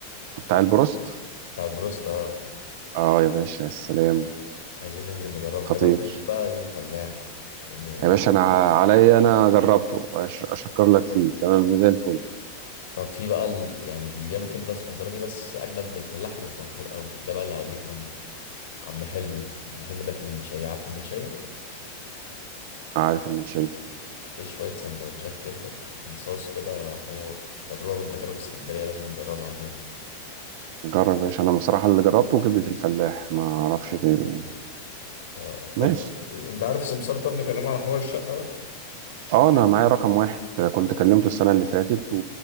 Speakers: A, on the right; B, on the left.
A: بتاع البروست
B: بتاع البروست اه
A: اه يا باشا يا سلام
B: عايزين ننزل نجربه
A: خطير
B: كده وننزل بقى يوم فلاح يوم ناكل.
A: يا باشا انا عليا انا جربته أش- اشكر لك فيه تمام زي الفل
B: طب في بقى ال... يعني اللي بيعمل كبده اسكندراني بس اجمد من الفلاح ومش مشهور قوي ده بقى اللي هوديك عنده عم حلمي عم حلمي ده في المنشيه عارف المنشيه
A: عارف المنشيه
B: عليه شويه سندوتشات كبده انصاص كده حوار تجربه من تجارب اسكندريه لازم نجربها هناك
A: جرب يا باشا انا بصراحه اللي جربته كبده الفلاح ما اعرفش غيره يعني
B: آه،
A: ماشي
B: طب انت عارف سمسار طب نكلمه على حوار الشقه ده
A: اه انا معايا رقم واحد كنت كلمته السنه اللي فاتت و...